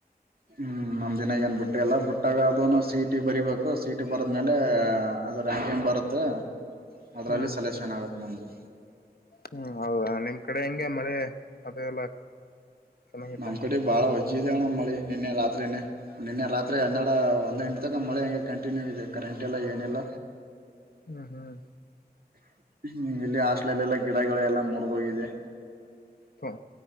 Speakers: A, on the right; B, on the left.
A: ಹ್ಮ್ ನಮ ದಿನ ಏನ್ ಬಿುಟ್ಟೆಲ್ಲ ಬಿುಟ್ಟಾಗ ಅದನು ಸೀಟಿ ಬರಿಬೇಕು ಸೀಟಿ ಬರದ್ಮೇಲೆ ಅದ ರ್ಯಾಂಕಿಂಗ್ ಬರುತ್ತೆ ಅದ್ರಲ್ಲಿ
B: ಹ್ಮ್
A: ಸೆಲೆಕ್ಷನ್ ಆಗತ್ ನಮ್ದು
B: ಹ್ಮ್ ಹೌದಾ ನಿಮ್ ಕಡೆ ಹೆಂಗೆ ಮಳೆ ಅದೆ ಎಲ್ಲ ಚೆನ್ನಾಗೈತೆ
A: ನಮ್ ಕಡೆ ಬಾಳ ವಜ್ಜ ಜೀದೋಣ್ಣ ಮಳಿ ನಿನ್ನೆ ರಾತ್ರಿಯೇ ನಿನ್ನೆ ರಾತ್ರಿ ಹನ್ನರಡು ಒಂದು ಎಂಟು ತಕ ಮಳೆ ಹಂಗೆ ಕಂಟಿನ್ಯೂ ಇದೆ ಕರೆಂಟ್ ಎಂಟೆಲ್ಲ ಏನೆಲ್ಲ
B: ಹ್ಮ ಹ್ಮ್
A: ಹ್ಮ ಇಲ್ಲಿ ಹಾಸ್ಲಲ್ಲೆಲ್ಲಾ ಗಿಡಗಳು ಎಲ್ಲ ಮುರದೋಗಿದೆ
B: ಹ